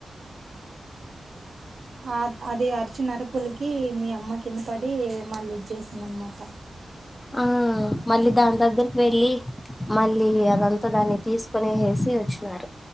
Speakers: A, on the right; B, on the left.
A: ఆ అది అరిచినరపులకి మీ అమ్మ కింద పడి మళ్ళీ ఇది చేసిందనమాట
B: ఆ మళ్ళీ దాని దగ్గరికి వెళ్ళి మళ్ళీ అదంతా దాన్ని తీసుకునేసి వచ్చినారు